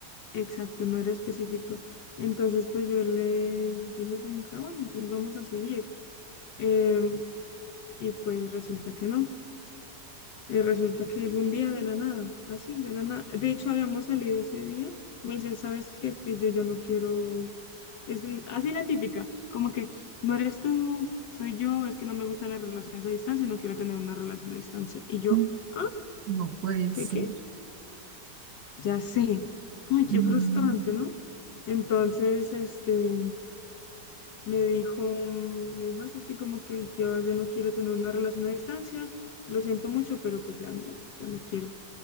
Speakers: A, on the left; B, on the right.
A: exacto, no era específico. Entonces, pues yo le yo dije como que, "Ah, bueno, entonces vamos a seguir. Em, y pues resulta que no. Eh, resulta que él un día de la nada, así, de la nada. De hecho, habíamos salido ese día. Me dice, ¿sabes qué? Es que yo ya no quiero. Es que- así la típica, como que no eres tú, soy yo, es que no me gustan las relaciones a distancia, no quiero tener una relación a distancia. Y yo,
B: Mm,
A: ah,
B: No puede
A: ¿qué
B: ser.
A: qué? Ya sé. Ay, qué
B: Mm.
A: frustrante, ¿no? Entonces, este, me dijo, mm, me dijo eso, así como que yo ya no quiero tener una relación a distancia, lo siento mucho, pero pues ya no, ya no quiero.